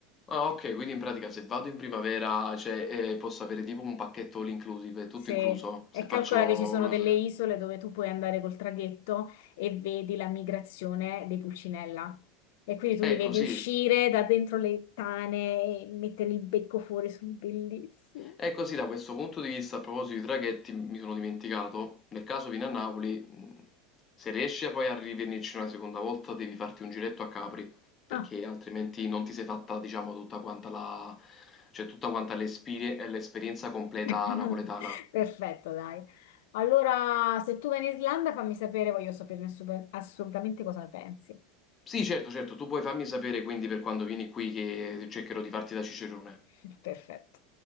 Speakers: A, on the left; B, on the left.
A: Ah, ok, quindi in pratica se vado in primavera, cioè, eh, posso avere tipo un pacchetto all inclusive, tutto
B: Sì,
A: incluso,
B: e
A: se
B: calcola
A: faccio
B: che ci sono
A: una
B: delle
A: cosa...
B: isole dove tu puoi andare col traghetto e vedi la migrazione dei pulcinella. E quindi tu
A: Ecco,
B: li vedi
A: sì,
B: uscire da dentro le tane e mettere il becco fuori, sono bellissimi.
A: E così da questo punto di vista, a proposito di traghetti, mi sono dimenticato, nel caso vieni a Napoli, mh, se riesci a poi a rivenirci una seconda volta, devi farti un giretto a Capri, perché
B: Ah.
A: altrimenti non ti sei fatta, diciamo, tutta quanta la, cioè tutta quanta l'esperie- l'esperienza completa
B: <laughs>
A: napoletana.
B: Perfetto, dai. Allora, se tu vai in Islanda, fammi sapere, voglio sapere assu- assolutamente cosa ne pensi.
A: Sì, certo, certo, tu puoi farmi sapere quindi per quando vieni qui che cercherò di farti da cicerone.
B: <laughs> Perfetto.